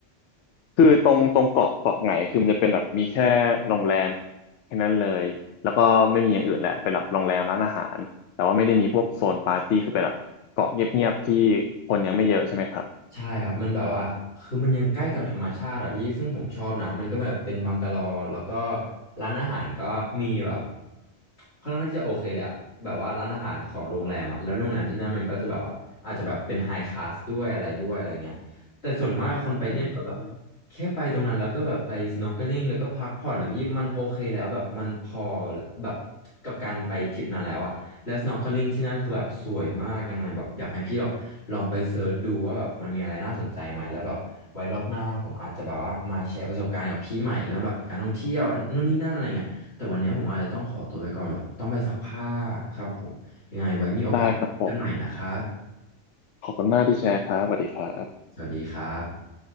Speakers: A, on the left; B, on the left.
A: คือตรงตรงเกาะเกาะไหนคือมันจะเป็นแบบมีแค่โรงแรมแค่นั้นเลยแล้วก็ไม่มีอย่างอื่นแหละเป็นแบบโรงแรมร้านอาหารแต่ว่าไม่ได้มีพวกโซนปาร์ตี้คือเป็นแบบเกาะเงียบๆที่คนยังไม่เยอะใช่ไหมครับ
B: ใช่ครับมันแบบว่าคือมันยังใกล้กับธรรมชาติอะพี่ซึ่งผมชอบนะมันก็แบบเป็นบังกะโลแล้วก็ร้านอาหารก็มีแบบค่อนข้างที่จะโอเคเลยอะแบบว่าร้านอาหารของโรงแรมอะแล้วโรงแรมที่นั่นมันก็จะแบบว่าอาจจะแบบเป็นไฮคลาสด้วยอะไรด้วยอะไรเงี้ยแต่ส่วนมากคนไปที่นั่นก็แบบ
A: อืม
B: แค่ไปตรงนั้นแล้วก็แบบไป snorkeling แล้วก็พักผ่อนอะพี่มันโอเคแล้วแบบมันพอแบบกับการไปทริปนั้นแล้วอะ แล้ว snorkeling ที่นั่นคือแบบสวยมากยังไงแบบอยากให้พี่แบบลองไปเซิร์ชดูว่าแบบมันมีอะไรน่าสนใจไหมแล้วแบบไว้รอบหน้าผมอาจจะแบบว่ามาแชร์ประสบการณ์กับพี่ใหม่เรื่องแบบการท่องเที่ยวนู่นนี่นั่นอะไรเงี้ยแต่วันเนี้ยผมอาจจะต้องขอตัวไปก่อนแบบต้องไปซักผ้าครับผมยังไงไว้มีโอกาสกันใหม่นะครับ
A: ได้ครับผมขอบคุณมากที่แชร์ครับสวัสดีครับ
B: สวัสดีครับ